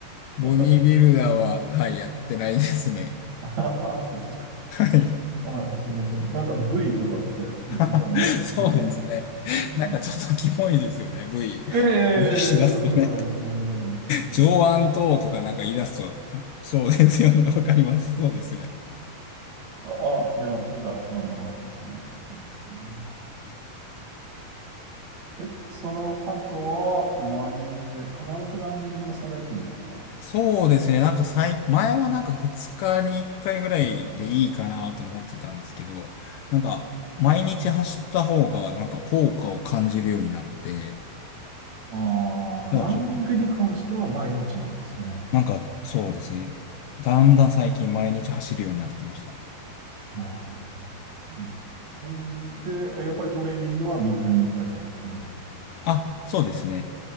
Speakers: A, on the left (about 70°); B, on the right (about 50°).
A: ボディービルダーは、
B: <laughs>
A: はい、やってないですね。
B: あ、あ、そうですか。
A: はい。
B: あ、すみません。なんか、V とかって言ってたんで、
A: <laughs> そうですね。
B: あー、うん
A: なんかちょっとキモいですよね、V。
B: ええそんなことないそんなことね。
A: しだすとね。
B: だって
A: 上腕等とかなんか言い出すと、あそうですよね、わかります。そうですね。
B: あ、あいや、なんか、あの、そう。うんえ、その後は、ランニング、必ずランニングはされるんですか
A: そうですね。なんか最、前はなんか2日に1回ぐらいでいいかなと思ってたんですけど、なんか毎日走った方がなんか効果を感じるようになって、
B: ああランニングに関しては毎日なんですね。
A: じゃあちょ、なんかそうですね。だんだん最近毎日走るようになってきました。
B: ああ、うんで、やっぱりトレーニングは3日に1回なんですよね。
A: あ、そうですね。